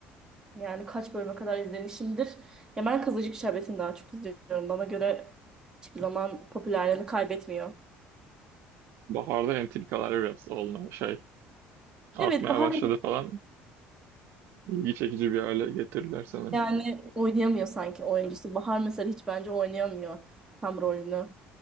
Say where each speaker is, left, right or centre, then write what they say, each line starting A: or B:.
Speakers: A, on the right (about 15°); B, on the right (about 65°).
A: yani kaç bölüme kadar izlemişimdir. Ya ben Kızılcık Şerbeti'ni daha çok izliyorum. Bana göre hiçbir zaman popülerliğini kaybetmiyor.
B: baharda entrikalar biraz olmaya şey artmaya
A: Evet Bahar
B: başladı falan. İlgi çekici bir hale getirdiler sanırım.
A: Yani oynayamıyor sanki oyuncusu. Bahar mesela hiç bence oynayamıyor tam rolünü.